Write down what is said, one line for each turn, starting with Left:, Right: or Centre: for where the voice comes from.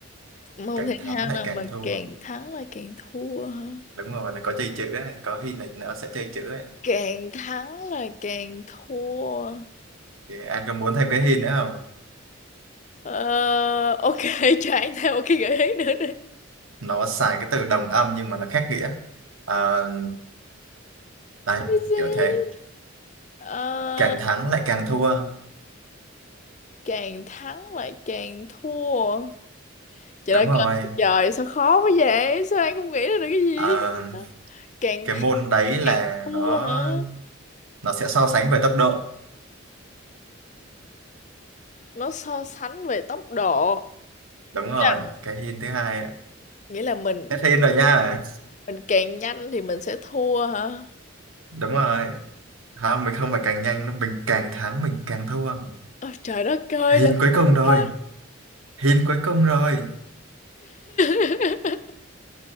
Left: môn
Right: càng
Left: thể
Right: thắng
Left: thao
Right: lại
Left: nào
Right: càng
Left: mà
Right: thua
Left: càng thắng là càng thua hả?
Right: đúng rồi nó có chơi chữ á có hint là nó sẽ chơi chữ á
Left: càng thắng là càng thua
Right: thì anh có muốn thêm cái hint nữa không
Left: ờ, ok <laughs> cho anh thêm một cái gợi ý nữa đi
Right: nó xài cái từ đồng âm nhưng mà nó khác nghĩa Ờ, đấy
Left: Cái gì?
Right: kiểu thế
Left: Ờ,
Right: càng thắng lại càng thua
Left: càng thắng là càng thua trời
Right: đúng
Left: ơi
Right: rồi
Left: trời trời, sao khó quá vậy sao anh không nghĩ ra được cái gì
Right: Ờ,
Left: càng
Right: cái
Left: thắng
Right: môn đấy
Left: là
Right: là
Left: càng thua
Right: nó
Left: hả
Right: nó sẽ so sánh về tốc độ
Left: nó so sánh về tốc độ
Right: đúng
Left: nghĩa
Right: rồi
Left: là
Right: cái hint thứ hai á.
Left: nghĩa là mình
Right: hết hint rồi nha
Left: mình càng nhanh thì mình sẽ thua hả
Right: đúng rồi không mình không phải càng nhanh nữa, mình càng thắng mình càng thua
Left: Ôi, trời đất ơi
Right: hin
Left: là
Right: cuối
Left: sao
Right: cùng rồi
Left: ta
Right: hin cuối cùng rồi
Left: <laughs>